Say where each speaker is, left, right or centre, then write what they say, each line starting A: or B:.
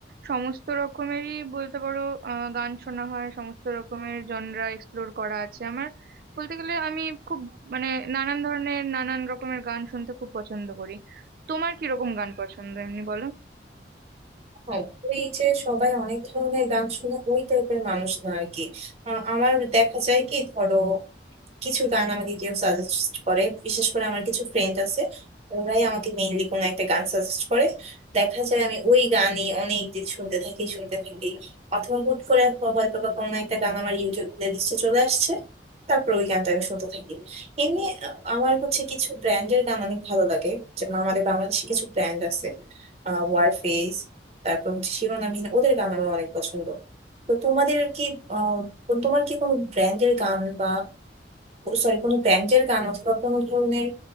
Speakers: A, on the right (about 55°); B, on the right (about 35°).
A: সমস্ত রকমেরই বলতে পারো আহ, গান শোনা হয় সমস্ত রকমের জনরা এক্সপ্লোর করা আছে আমার বলতে গেলে আমি খুব মানে নানান ধরনের নানান রকমের গান শুনতে খুব পছন্দ করি তোমার কি রকম গান পছন্দ এমনি বলো
B: হ্যাঁ, এই যে সবাই অনেক ধরনের গান শুনে ওই টাইপের মানুষ না আর কি আ- আমার দেখা যায় কি ধরো কিছু গান আমাকে কেউ সাজেস্ট করে বিশেষ করে আমার কিছু ফ্রেন্ড আছে ওরাই আমাকে মেইনলি কোনো একটা গান সাজেস্ট করে দেখা যায় আমি ওই গানই অনেক দিন শুনতে থাকি শুনতে থাকি অথবা হুট করে হয়তো বা কোনো একটা গান আমার ইউটিউব প্লেলিস্টে চলে আসছে তারপর ওই গানটা আমি শুনতে থাকি এমনি আহ, আমার হচ্ছে কিছু ব্র্যান্ডের গান অনেক ভালো লাগে যেমন আমাদের বাংলাদেশে কিছু ব্র্যান্ড আছে আহ ওয়ারফেস তারপর হচ্ছে শিরোনামহীন ওদের গান আমার অনেক পছন্দ তো তোমাদের কি আহ কোন- তোমার কি কোনো ব্র্যান্ডের গান বা সরি কোনো ব্যান্ডের গান অথবা কোনো ধরনের